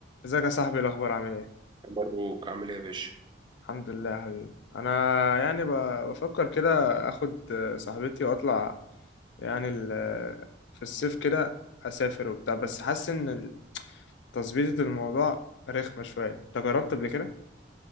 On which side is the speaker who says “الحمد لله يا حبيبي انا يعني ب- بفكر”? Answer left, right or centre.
Left